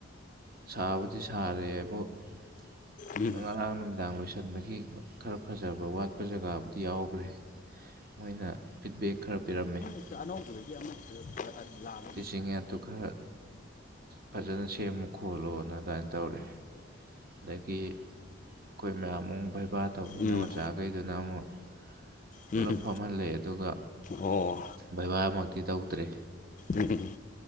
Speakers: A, on the right; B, on the left.
A: ꯁꯥꯕꯨꯗꯤ ꯁꯥꯔꯦ ꯍꯥꯏꯕꯨ <unintelligible>
B: ꯎꯝ
A: <inaudible> ꯉꯔꯥꯡ ꯅꯨꯃꯤꯗꯥꯡ ꯂꯣꯏꯁꯟꯕꯒꯤ ꯈꯔ ꯐꯖꯕꯥ ꯋꯥꯠꯄꯥ ꯖꯒꯥꯕꯨꯗꯤ ꯌꯥꯎꯈ꯭ꯔꯦ ꯃꯣꯏꯅꯥ ꯐꯤꯠꯕꯦꯛ ꯈꯔꯗꯤ ꯄꯤꯔꯝꯃꯦ
B: ꯑ° ꯑꯅꯧꯕꯗꯨꯗꯒꯤ ꯑꯃꯁꯤ ꯂꯥꯝꯃꯥ
A: ꯆꯤꯡꯌꯥꯠꯇꯨ ꯈꯔ ꯐꯖꯅ ꯁꯦꯝꯃꯨ ꯈꯣꯠꯂꯣꯅꯤ ꯑꯗꯨꯃꯥꯏꯅ ꯇꯧꯔꯦ ꯑꯗꯒꯤꯗꯤ ꯑꯩꯈꯣꯏ ꯃꯌꯥꯝ ꯑꯃꯨꯛ ꯕꯩꯕꯥꯔ ꯇꯧꯅꯤꯅ
B: ꯎꯝ
A: ꯑꯣꯖꯥꯈꯩꯗꯨꯅ ꯑꯃꯨꯛ ꯄꯨꯂꯞ
B: ꯎꯝ ꯎꯝ
A: ꯐꯝꯍꯜꯂꯦ ꯑꯗꯨꯒꯥ
B: ꯑꯣ
A: ꯕꯩꯕꯥꯃꯛ ꯇꯤ ꯇꯧꯗ꯭ꯔꯦ
B: ꯑꯝꯝ